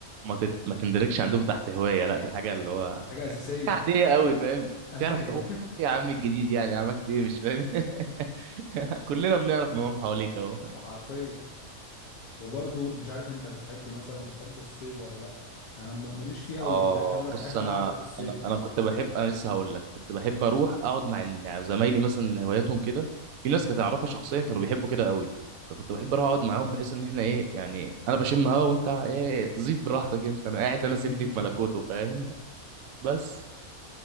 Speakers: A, on the right (about 70°); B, on the left (about 90°).
A: ما تت... ما تندركش عندك تحت هوايه لا دي حاجه اللي هو
B: حاجه
A: يعني
B: اساسيه
A: حاجه عاديه قوي فاهم
B: ايوه
A: تعرف تقول ايه يا عم الجديد يعني عملت ايه مش فاهم <laughs> كلنا بنعرف نقوم حواليك اهو
B: <laughs> حرفيا وبرضو مش عارف انت بتحب مثلا بتحب الصيد ولا لا انا م- ماليش فيه قوي
A: اه
B: ولكن انا بحب
A: بص انا
B: قعده الصيد
A: انا انا كنت بحب انا لسه هقول لك كنت بحب اروح اقعد مع ال- يعني زمايلي مثلا هواياتهم كده في
B: امم
A: ناس كنت اعرفها شخصيا كانوا بيحبوا كده قوي فكنت بحب اروح اقعد معاهم بحيث ان احنا ايه يعني انا بشم هوا وانت ايه زيد براحتك انت انا قاعد انا
B: <laughs>
A: سيبني في ملكوته فاهم <laughs> بس